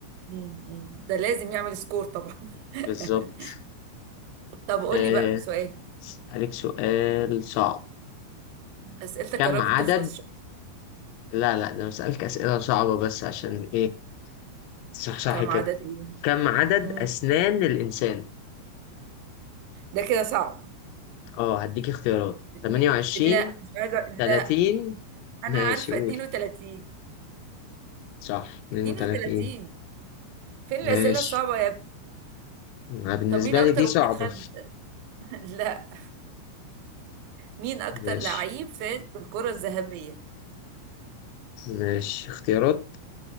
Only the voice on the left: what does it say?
بالظبط
آه
أسألك سؤال صعب
كم
عدد
لا لا ده أنا بسألك أسئلة صعبة بس عشان إيه تصحصحي
كده
كم عدد
أسنان الإنسان
اه هديك اختيارات
28
30
ماشي
قول
صح 32
ماشي
ما بالنسبة
لي دي
صعبة
ماشي
ماشي اختيارات